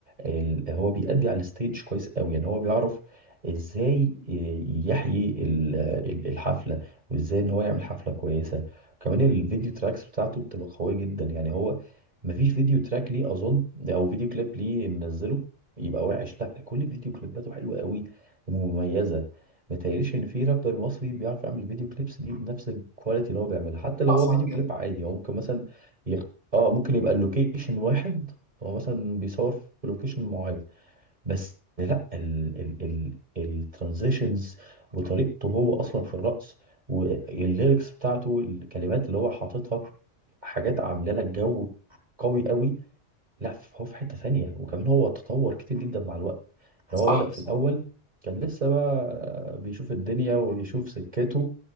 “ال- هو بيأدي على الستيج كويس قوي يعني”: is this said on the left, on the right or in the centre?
Right